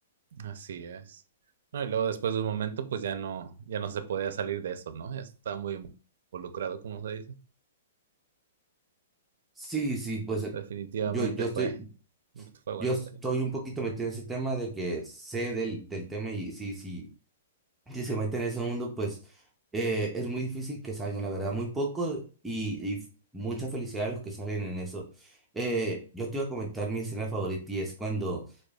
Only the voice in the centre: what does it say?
Sí, sí, pues eh,
yo, yo estoy,
yo estoy
un poquito metido en ese tema de que sé del, del tema y sí, sí, si se meten en ese mundo, pues eh, es muy difícil que salgan, la verdad, muy poco y, y f- mucha felicidad a los que salen en eso. Eh, yo te iba a comentar mi escena favorita y es cuando